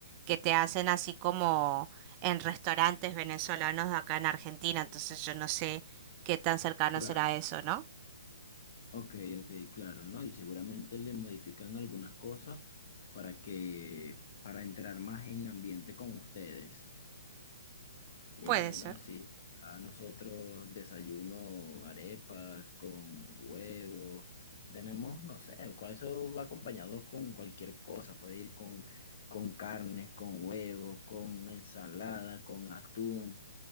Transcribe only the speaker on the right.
que te hacen así como en restaurantes venezolanos de acá en Argentina. Entonces yo no sé qué tan cercano
será eso, ¿no?
Puede
ser.